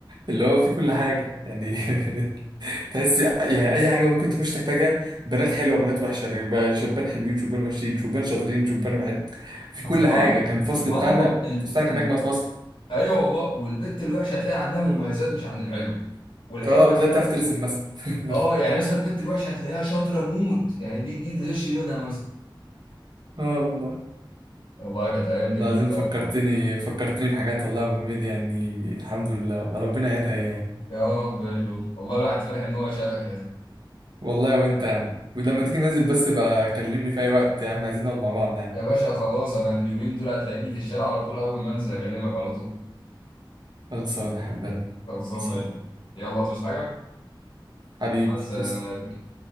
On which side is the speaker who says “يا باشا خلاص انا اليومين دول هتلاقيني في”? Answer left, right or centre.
Left